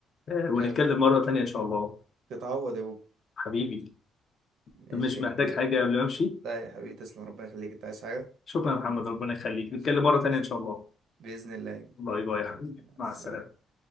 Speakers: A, on the left; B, on the right.
A: آه، ونتكلم
B: آه،
A: مره تانية ان شاء الله
B: تتعوض يا بوب
A: حبيبي
B: ماشي
A: مش
B: يا
A: محتاج
B: كبير
A: حاجه قبل ما امشي
B: لا يا حبيبي تسلم ربنا يخليك انت عايز حاجة
A: شكرا يا محمد ربنا يخليك
B: ماشي
A: نتكلم
B: يا حبيبي
A: مره
B: تسلم
A: تانية ان شاء الله
B: بإذن الله يا كبير.
A: باي باي يا حبيبي
B: بإذن الله
A: مع
B: سلام
A: السلامه